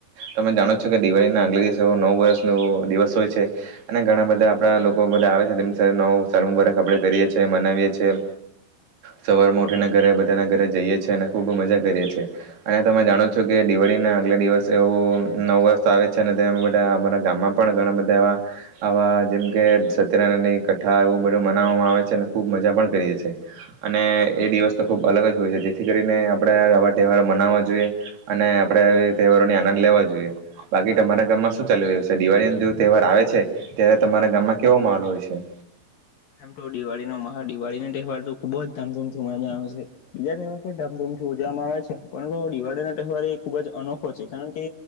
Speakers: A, on the right; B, on the left.
A: તમે જાણો છો કે દિવાળીને આગલે દિવસે નવ વર્ષ ન દિવસ હોય છે અને ઘણા બધા આપડા લોકો બધા આવે છેની સાથે નવ સાલ બરા કપડે કરીએ છી મનાવીએ છ છેએ સવાર ઉઠીને ઘરે બધાના ઘરે જઈએ છી અને ખૂબ મજા કરીએ છીએ અને તમે જાણો છો કે દિવાળી ના આગલે દિવસ એવું નવ વર્ષ આવે છે અનેમાં બધા અમારા ગામમાં પણ ઘણા બધા એવાવા જેમકે સત્યનારાયણની કથ્ઠા એવું બધું મનાવવામાં આવે છે અને ખૂબ મજા પણ કરીએ છીએ અને એ દિવસ તો ખૂબ અલગ જ હોય છે જેથી કરીને આપણે આવા તહેવારો મનાવવા જોઈએ અને આપણે એ તહેવારોને આનંદ લેવા જોઈએ બાકી તમારા ગામમાં શું ચાલી રહ્યું છે દિવાળી જો તહેવાર આવે છે ત્યારે તમારા ગામમાં કેવો માલ હોય છે
B: આમ તો દિવાળીનો મહ દિવાળી તહેવાર તો ખુબ જ ધામધૂમ થી ઉ આવે છે બીજા તહેવાર પણ ધામધૂમથી ઉજવામાં આવે છે પરંતુ દિવાળી ન તહેવાર એ ખુબ જ અનોખો છે કારણ કે